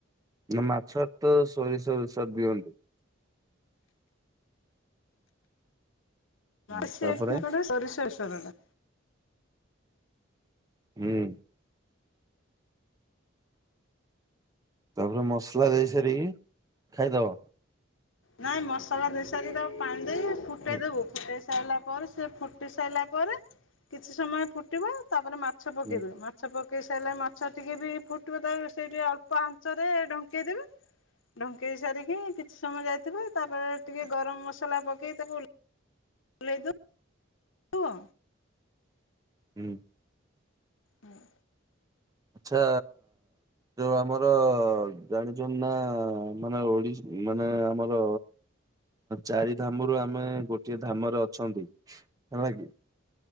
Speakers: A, on the right (about 20°); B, on the left (about 75°).
A: ନା ମାଛର ତ ସୋରିଷ ବେସର ଦିଅନ୍ତୁ। ହୁଁ
B: <inaudible>
A: ତାପରେ
B: ସୋରିଷ ବେସର ଟା।
A: ହୁଁ। ତାପରେ ମସଲା ଦେଇ ସାରିକି ଖାଇଦବ।
B: ନାଇଁ ମସଲା ଦେଇ ସାରିକି ତା ପାଣି ଦେଇ ଫୁଟେଇଦବୁ
A: ହୁଁ
B: ଫୁଟେଇ ସାଇଲା ପରେ ସେ ଫୁଟି ସାରିଲା ପରେ କିଛି ସମୟ ଫୁଟିବ ତାପରେ ମାଛ ପକେଇଦବ
A: ହୁଁ
B: ମାଛ ପକ ପକେଇ ସାରିଲେ ମାଛ ଟିକେ ବି ଫୁଟିବ ତା ସେଇଠି ଅଳ୍ପ ଆଞ୍ଚ ରେ ଢଙ୍କେଇଦବ ଢଙ୍କେଇ ସାରିକି କି ସମୟ ଯାଇଥିବ ତାପରେ ଟିକେ ଗରମ ମସଲା ପକେଇ ତାକୁ ଓ ଓ୍ଲାଇ ଦ ଉ ଅ
A: ହୁଁ।
B: ହୁଁ।
A: ଆଚ୍ଛା ଯୋଉ ଆମର ଜାଣିଛ ନା ମାନେ ଓଡିଶା ମାନେ ଆମର ଚାରି ଧାମରୁ ଆମେ ଗୋଟିଏ ଧାମରେ ଅଛନ୍ତି ହେଲା କିି